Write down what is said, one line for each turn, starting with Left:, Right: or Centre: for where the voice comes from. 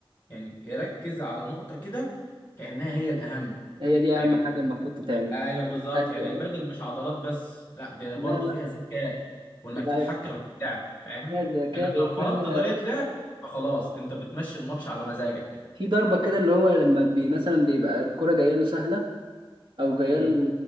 Left: يعني يركز على نقطه كده كأنها هي الأهم
Right: هي دي
Left: يعني
Right: أهم حاجة المفروض تتعمل
Left: ايوه بالظبط
Right: أيوة.
Left: يعني البادل مش عضلات بس لا دي
Right: ما
Left: برضه فيها ذكاء وانك
Right: لا
Left: تتحكم في اللعب فاهم
Right: فيها ذكاء
Left: انك لو
Right: وفيها
Left: فرضت طريقه لعب فخلاص انت بتمشي الماتش على مزاجك
Right: في ضربة كده اللي هو لما بي مثلا بيبقى الكرة جاية له سهلة أو جاية
Left: امم
Right: له